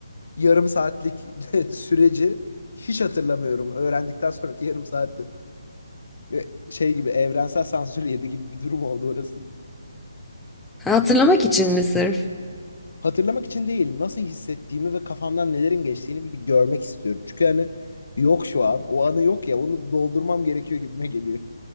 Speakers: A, on the left (about 65°); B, in the centre.
A: yarım saatlik <laughs> süreci hiç hatırlamıyorum. Öğrendikten sonraki yarım saati. Ve Şey gibi evrensel sansür yedi gibi bir durum oldu orası.
B: Ha, Hatırlamak için mi sırf?
A: Hatırlamak için değil, nasıl hissettiğimi ve kafamdan nelerin geçtiğini bir, bir görmek istiyorum. Çünkü hani yok şu an. O anı yok ya, onu doldurmam gerekiyor gibime geliyor.